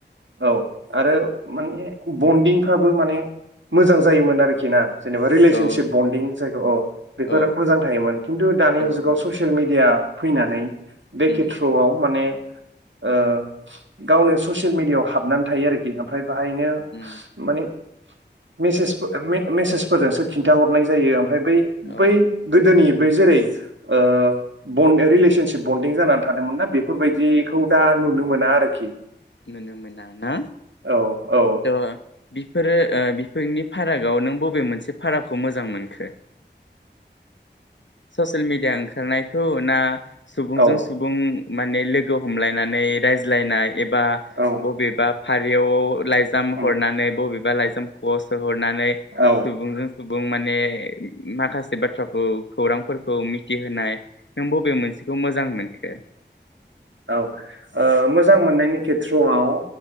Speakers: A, on the right (about 85°); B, on the left (about 75°).
A: औ आरो माने बन्दिंफ्राबो माने मोजां जायोमोन आरोखि ना जेनेबा रिलेसनसिप
B: औ
A: बन्डिं जायखौ अ बेफोर
B: औ
A: मोजां थायोमोन खिन्थु दानि
B: औ
A: जुगाव ससियेल मिडिया फैनानै बे
B: उम
A: खेथ्रआव माने ओ गावनो ससियेल मिडियाआव हाबनानै थायो आरोखि ओमफ्राय बाहायनो
B: उम
A: माने मेसेज फो मे मेसेजफोरजोंसो खिन्था हरनाय जायो ओमफ्राय बै
B: औ
A: बै गोदोनि बै जेरै ब रिलेसनसिप बन्दिं जानानै थादोंमोन ना बेफोरबायदिखौ दा नुनो मोना आरोखि
B: नुनो मोना ना
A: औ औ
B: ओ बिफोरो ओ बिफोरनि फारागआव नों बबे मोनसे फारागखौ मोजां मोनखो ससियेल मिडिया ओंखारनायखौ ना सुबुंजों
A: औ
B: सुबुं माने लोगो हमलायनानै रायज्लायनाय एबा
A: औ
B: बबेबा हारियाव लाइजाम
A: उम
B: हरनानै बबे बा लाइजाम ख'आव स' हरनानै
A: औ
B: सुबुंजों सुबुं माने माखासे बाथ्राखौ खौरांफोरखौ मिथिहोनाय नों बबे मोनसेखौ मोजां मोनखो
A: औ ओ मोजां मोननायनि खेथ्रआव